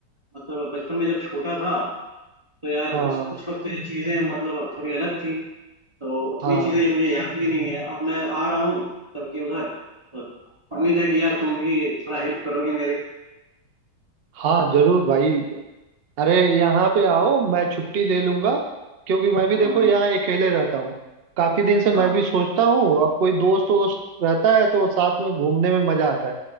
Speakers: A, on the right; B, on the right.
A: मतलब बचपन में जब छोटा था तो यार
B: हाँ
A: उस उस वक्त ये चीज़ें मतलब थोड़ी अलग थी तो उतनी
B: हाँ
A: चीज़ें ये मुझे याद भी नहीं है अब मैं आ रहा हूँ तब की उधर तो उम्मीद है कि यार तुम भी थोड़ा हेल्प करोगे मेरे
B: हाँ जरूर भाई अरे यहाँ पे आओ मैं छुट्टी ले लूंगा क्योंकि मैं भी
A: हम्म
B: देखो
A: हम्म
B: यहाँ अकेले रहता हूँ काफी दिन से
A: हाँ
B: मैं भी सोचता हूँ अब कोई दोस्त वोस्त रहता है तो साथ में घूमने में मजा आता है